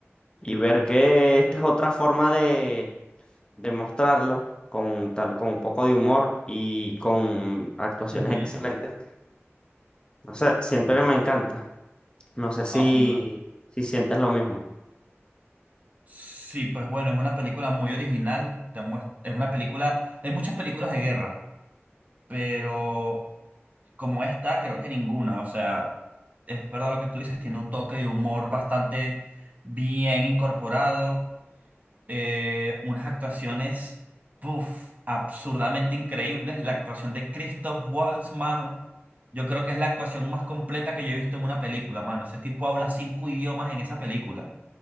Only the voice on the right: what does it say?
Ujú,
Sin duda,
no, sin duda.
Sí, pues bueno, es una película muy original, te muest- es una película, hay muchas películas de guerra, pero como esta, creo que ninguna. O sea, es verdad lo que tú dices, tiene un toque de humor bastante bien incorporado, eh, unas actuaciones, puff, absurdamente increíbles. La actuación de Christoph Waltz, mano, yo creo que es la actuación más completa que yo he visto en una película, mano. Ese tipo habla cinco idiomas en esa película.